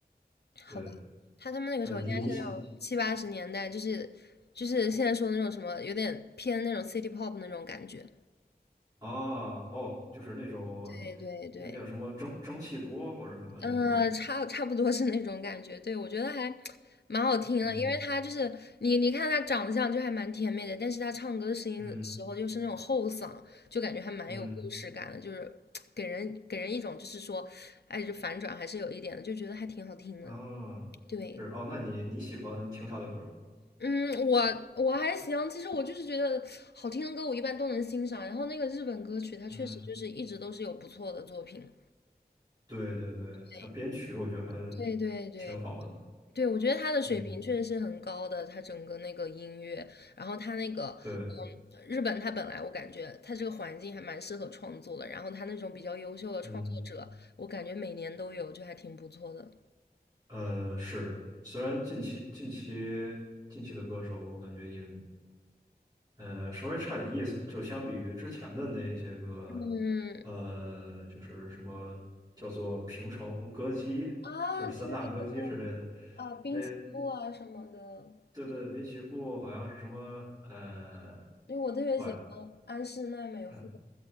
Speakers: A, on the left (about 85°); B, on the right (about 25°).
A: 好吧，
B: 对，
A: 他他们那个时候应该是那种七八十年代，
B: 呃，你你写。
A: 就是就是现在说的那种什么，有点偏那种 city pop 那种感觉。
B: 啊，哦，就是那种
A: 对对对对，
B: 那叫什么蒸蒸汽波或者什么那种，
A: 呃，差差不多是那种感觉。对，我觉得还蛮好听的，
B: 嗯
A: 因为他就是你你看他长相就还蛮甜美的，但是他唱歌的声音的时候又是那种后嗓，
B: 嗯
A: 就感觉还蛮有故事感的，
B: 嗯，
A: 就是给人给人一种就是说，哎，就反转还是有一点的，就觉得还挺好听的。
B: 啊，
A: 对
B: 是哦，那你你喜欢听他的歌儿
A: 嗯，我我还行，其实我就是觉得好听的歌我一般都能欣赏，然后那个日本歌曲它确实就是一直都是有不错的作品，
B: 嗯，对对对，
A: 对
B: 他编曲我觉得还
A: 对对对
B: 挺好的，
A: 对，我觉得他的水平确实是很高的，
B: 嗯，
A: 他整个那个音乐，然后他那个
B: 对，
A: 嗯，日本他本来我感觉他这个环境还蛮适合创作的，然后他那种比较优秀的创作者，
B: 嗯
A: 我感觉每年都有，就还挺不错的。
B: 呃是，虽然近期近期近期的歌手我感觉也呃，稍微差点意思，就相比于之前的那些个，
A: 嗯
B: 呃，就是什么叫做平成歌姬，
A: 啊，
B: 就是三大歌姬之类的，
A: 对对对对，啊，滨崎步啊什么的，
B: 那对对，滨崎步好像是什么呃，
A: 因为我特别喜欢安室奈美惠，
B: 晚嗯